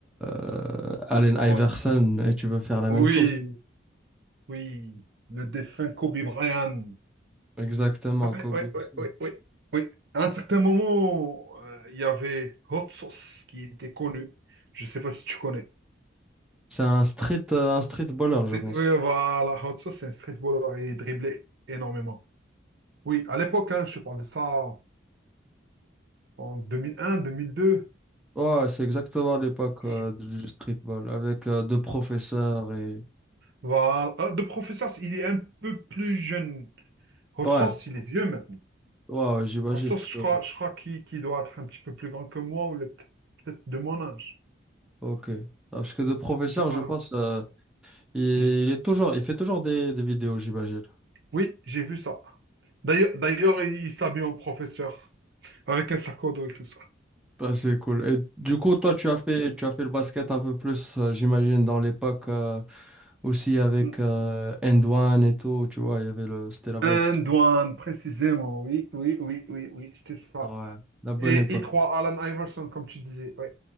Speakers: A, in the centre; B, on the right.
A: euh, Allen Iverson
B: Oui,
A: et tu veux faire la
B: oui,
A: même chose.
B: oui. Le défunt Kobe Bryant.
A: Exactement,
B: Oui,
A: Kobe
B: oui, oui,
A: aussi.
B: oui, oui. Oui. À un certain moment, euh, il y avait Hot Sauce qui était connu. Je ne sais pas si tu connais.
A: C'est un street, euh, un street baller, je
B: C'est-
A: pense.
B: Oui, voilà, Hot Sauce, c'est un streetballer et il driblait énormément. Oui, à l'époque, hein, je parle de ça en 2001, 2002.
A: Ouais, c'est exactement l'époque
B: Je-
A: euh, du streetball avec euh, deux professeurs et.
B: Voilà. Ah, De professeur, il est un peu plus jeune. Hot
A: Ouais,
B: Sauce, il est vieux, mais
A: ouais, ouais, j'imagine.
B: En tout
A: Parce
B: cas, je
A: que...
B: crois, je crois qu'il qu'il doit être un petit peu plus grand que moi, ou le- peut-être de mon âge.
A: Ok. Ah, Parce que deux professeurs
B: Donc voilà.
A: je pense. euh, Il, il
B: Mm.
A: est toujours, il fait toujours des, des vidéos, j'imagine.
B: Oui, j'ai vu ça. D'ailleurs, d'ailleurs, il il s'habille en professeur, avec un sac à dos et tout ça.
A: Bah, c'est cool. Et du coup, toi, tu as fait, tu as fait le basket un peu plus, euh, j'imagine, dans l'époque euh, aussi avec
B: Mm.
A: euh, End One et tout, tu vois, il y avait le, c'était la vibe
B: Un
A: street.
B: douane, précisément. Oui, oui, oui, oui, oui, c'était ça.
A: Ouais, la bonne
B: Et
A: époque.
B: I3, Alan Iverson, comme tu disais. Oui.